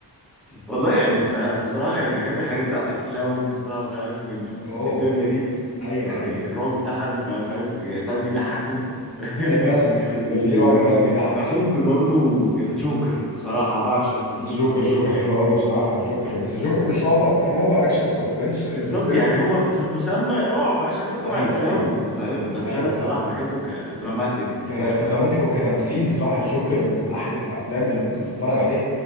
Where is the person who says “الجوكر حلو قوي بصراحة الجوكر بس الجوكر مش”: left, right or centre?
Left